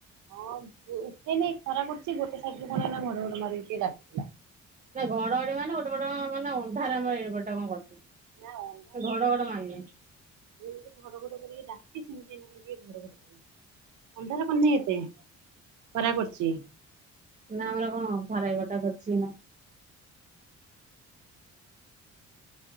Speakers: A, on the right; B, on the right.
A: ଉଁ ଉଠେଇନ୍ ଖରା କରୁଛି। ଗୋଟେ ସାଇଟରୁ ଏଇନା ଘଡ ଘଡ ମାରିକି ଡାକୁଥିଲା।
B: ନାଇଁ ଘଡଘଡି ମାନେଗୋଟେପଟ ମାନେ ଅନ୍ଧାର ଆମର ଏଇପଟେ କଣ କରିଛି। ସେ
A: ନା ଅନ୍ଧାର
B: ଘଡଘଡ ମାରିନି।
A: ଯେମିତି ଘଡ଼ଘଡ଼ କରିକି ଡାକିଛି <unintelligible> ଘଢଘଢ କଲା ଅନ୍ଧାର କରିନି ଏତେ ଖରା କରିଛି।
B: ନା ଆମର କଣ ଆଧାର ଏପଟା କରିଛି ଏଇନା।